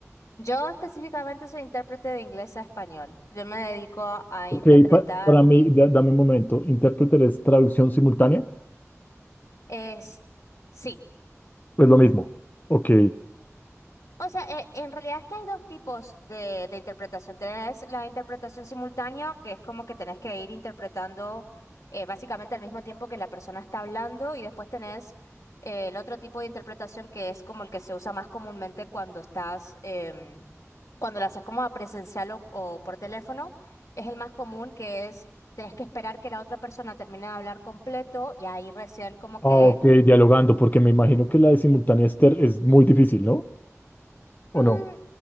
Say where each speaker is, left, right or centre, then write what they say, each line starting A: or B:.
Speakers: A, on the left; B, on the left.
A: yo específicamente soy intérprete de inglés a español. Yo me dedico a
B: Ok,
A: interpretar
B: pa- para mí, da- dame un momento. ¿Intérprete es traducción simultánea?
A: es sí.
B: Pues lo mismo. Ok.
A: O sea, e- en realidad es que hay dos tipos de, de interpretación. Tenés la interpretación simultánea, que es como que tenés que ir interpretando eh, básicamente al mismo tiempo que la persona está hablando, y después tenés eh, el otro tipo de interpretación que es como el que se usa más comúnmente cuando estás em, cuando lo haces como a presencial o, o por teléfono, es el más común que es, tenés que esperar que la otra persona termine de hablar completo y ahí recién como
B: Ah,
A: que
B: ok, dialogando, porque me imagino que la de simultánea es, ter- es muy difícil, ¿no? ¿O
A: Mm,
B: no?